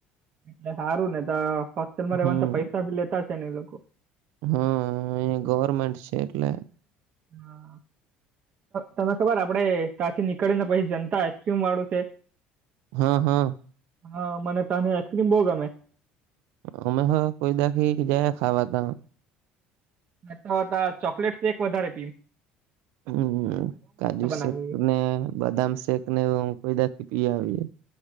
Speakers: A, on the right; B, on the right.
A: એટલે સારું ને તો હોસ્ટેલમાં
B: હમ,
A: રેવાને તો પૈસા ભી લેતા છે ને એ લોકો?
B: હા, એ ગવર્મેન્ટ છે એટલે.
A: હા. તમે ખબર આપડે ત્યાંથી નીકળી ને પછી જનતા આઈસક્રીમ વાળું છે?
B: હા, હા.
A: હા, મને તા ની આઈસ્ક્રીમ બહુ ગમે.
B: અમે હ કોઈ દાખી જયા ખાવા ત.
A: મેં તો તા ચોકલેટ શેક વધારે પી.
B: હમ્મ કાજુ
A: બનાવી
B: શેક ને બદામ શેક ને કોઈદાથી પી આવીએ.